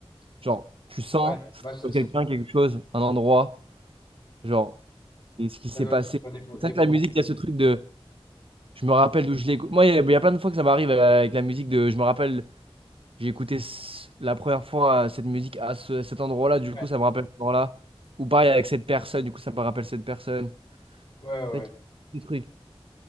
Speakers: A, on the right; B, on the left.
A: Genre, tu sens
B: Ouais, moi, ça, ça,
A: quelqu'un, quelque chose, un endroit. Genre, et ce qui s'est
B: ça doit,
A: passé.
B: ça doit dépo-
A: C'est
B: dépendre.
A: vrai que la musique, il y a ce truc de. Je me rappelle d'où je l'ai écouté. Moi, il y, a il y a plein de fois que ça m'arrive euh, avec la musique de. Je me rappelle, j'ai écouté ce- la première fois euh, cette musique à ce- cet endroit-là. Du
B: Ouais,
A: coup, ça me rappelle cet endroit-là. Ou pareil avec cette personne. Du coup, ça me rappelle cette personne.
B: ouais, ouais.
A: Tac, le truc.